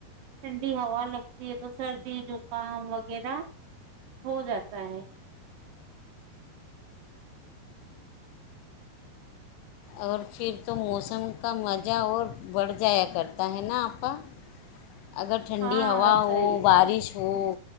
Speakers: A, on the right; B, on the left.
A: ٹھنڈی ہوا لگ یہ تو سردی جو <inaudible> کام وغیرہ ہو جاتا ہے <inaudible>
B: اور پھر تو موسم کا مزہ اور بڑھ جایا کرتا ہے نا آپ کا اگر ٹھنڈی
A: ہاں
B: ہوا ہو
A: صحیح
B: بارش ہو